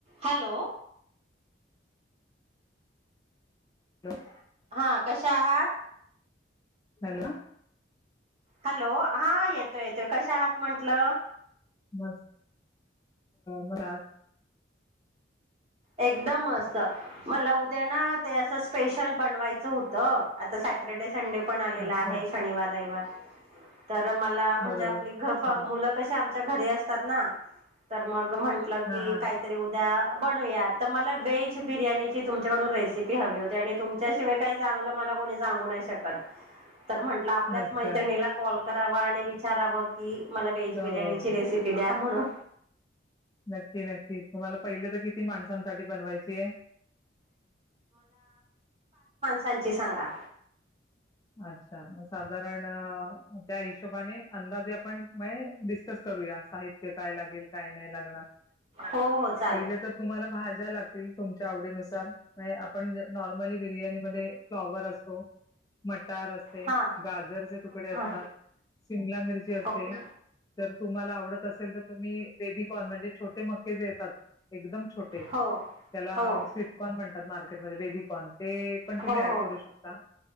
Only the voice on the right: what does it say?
Hello.
हा कशा आहात?
हॅलो हा येतोय येतोय कशा आहात म्हंटलं.
एकदम मस्त, मला उद्या ना ते असं स्पेशल बनवायचं होतं आता सॅटरडे, संडे पण आलेला
आहे शनिवार रविवार तर मला म्हणजे
आपली गप्पा
मुलं कशी आप च्या घरी असतात ना तर मग म्हंटलं
की
काहीतरी उद्या मला वेज बिर्याची तुमच्याकडून रेसिपी हवी होती आणि तुमच्यािवाय काही चांगलं मला कोणी सांगू नाही शकत तर म्हटल आपल्याच
मैत्रिला कॉल करावा आणि विचाराव की मला व्हेज
बिर्याणीची
रेसिपी द्या म्हणून.
सची सांगा.
हो हो चालेल.
हां
हां
ओके
हो हो
हो
हो